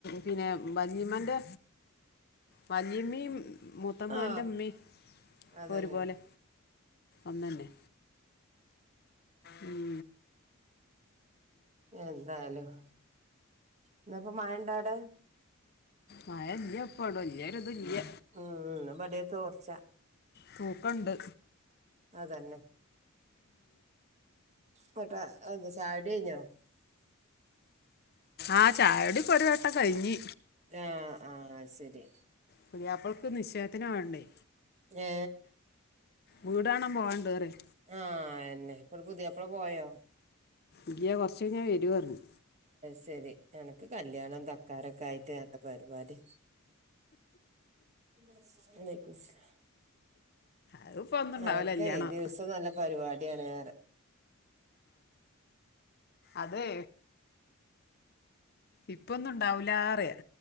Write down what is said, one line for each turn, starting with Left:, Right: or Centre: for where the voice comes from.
Left: പിന്നെ വല്ലിമ്മാൻ്റെ വലിയമ്മീം മൂത്ത്മാന്റെമ്മീ
Right: ആ അതന്നെ
Left: ഒരുപോലെ ഒന്നാനെ ഉം
Right: എന്തായാലും ഇന്ന് പ്പോ മഴായുണ്ടോ അവിടെ
Left: മഴന്ന് പ്പവടെ വല്യ ഒര് തല്യ
Right: ഉം ഇന്ന് ഇവിടെയും തോർച്ച
Left: പൂക്കണ്ട്
Right: അതന്നെ പട്ട എന്താ ചായുടികഴിഞ്ഞോ
Left: ആ ചായടിപ്പൊ ഒരു വട്ടം കഴിഞ്ഞി
Right: ആ ആ ശരി
Left: പുലിയാപ്പളക്ക് നിച്ചേയത്തിന് പോവണ്ടേ
Right: ഏ
Left: വീടാണ പോവാണ്ട് റിയാ
Right: ആഹ എന്നന്നെ ഇ പുതിയപ്പള പോയോ
Left: ഇല്ല കുറച്ചകഴിഞ്ഞ് വരും പറഞ്ഞു
Right: ശെരി എനക്ക് കല്യാണം തക്കാരൊക്കെ ആയിട്ട് എന്താ പരിപാടി വാലേക്കും അസ്ലം
Left: അതിപ്പോ ഒന്നും ഉണ്ടാവില്ല
Right: എനക്കെ
Left: കല്യാണം
Right: ദിവസം നല്ല പരിപാടിയാണ് റിയാ
Left: അതെ ഇപ്പൊന്നുംണ്ടാവൂലാറിയാ